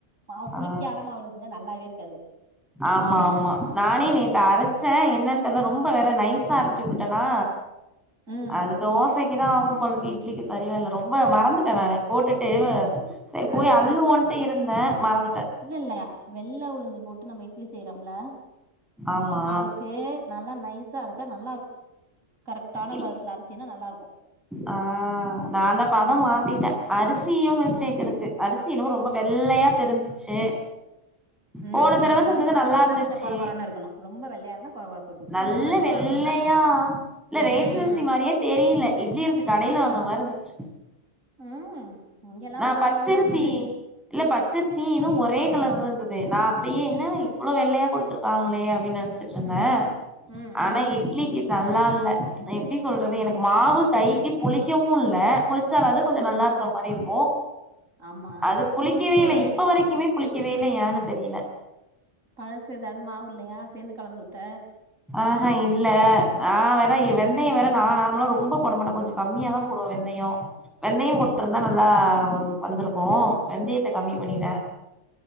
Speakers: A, on the right; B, in the centre.
A: மாவு புளிக்காத
B: ஆ
A: மாவுல செஞ்சா நல்லாவே இருக்காது
B: ஆமா ஆமா நானே நேத்து அரச்சே என்னன்னு தெர்ல ரொம்ப வேற நைஸா அரச்சு வுட்டுட்டனா
A: ம்
B: அது தோச தோசைக்கு தா ஆகு போல இருக்கு இட்லிக்கு சரி வரல ரொம்ப மறந்துட்ட நானு போட்டுட்டு சரி போய்
A: அது
B: அள்ளுவோன்ட்டு இருந்தே மறந்துட்டே
A: இல்ல இல்ல வெள்ள உளுந்து போட்டு நம்ம இட்லி செய்றோம்ல
B: ஆமா
A: அதுக்கு நல்லா நைஸா அரச்சா நல்லாருக் கரெக்டான
B: இல்
A: பதத்துல அரிசிங்கனா நல்லா இருக்கு
B: ஆ நா தா பதோ மாத்திட்ட அரிசியு மிஸ்டேக் இருக்கு அரிசி என்னமோ ரொம்ப வெள்ளையா தெரிஞ்சிச்சு
A: ம்
B: போன
A: ம்
B: தடவ
A: அப்டின்னா
B: செஞ்சது
A: அப்டின்னா
B: நல்லா இருந்துச்சு
A: கொஞ்ச கொர கொர ன்னு இருக்கணு ரொம்ப வெள்ளையா இருந்தா கொர கொரப்பு இருக்கணு
B: நல்ல
A: கொஞ்சோ பழுப்பா
B: வெள்ளையா
A: இருந்ததுன்னா
B: இல்ல ரேஷனரிசி
A: ம்,
B: மாரியே தெரில இட்லி அரிசி கடைல வாங்குன மாரி இருந்துச்சு
A: ம் இங்கல்லாம்
B: நா
A: ஒரு
B: பச்சரிசி
A: அளவுதா இருந்தது
B: இல்ல பச்சரிசி இதூ ஒரே கலர் இருந்தது நா அப்பயே என்னடா இவ்ளோ வெள்ளையா குடுத்துருக்காங்களே அப்டின்னு நெனைச்சிட் சந்த
A: ம், ம்,
B: ஆனா
A: ம்,
B: இட்லிக்கு நல்லா இல்ல எப்டி சொல்றது எனக்கு மாவு கைக்கு புளிக்கவு இல்ல புளி புளிச்சாலாது கொஞ்ச
A: ம்.
B: நல்லா இருக்க மாரி இருக்கு
A: ஆமா.
B: அது புளிக்கவே
A: புளிப்பு
B: இல்ல இப்ப வரைக்குமே புளிக்கவே இல்ல ஏன்னு தெரில
A: பழசு எதாவது மாவு இல்லையா சேந்து கலந்து ஊத்த
B: ஆ ஹ இல்ல நா வேற வெந்தய வேற நா நார்மலா ரொம்ப போடமாட்ட கொஞ்ச கம்மியா தா போடுவ வெந்தயோ வெந்தயோ போட்ருந்தா நல்லா வந்துருக்கு வெந்தயத்த கம்மி பண்ணிட்ட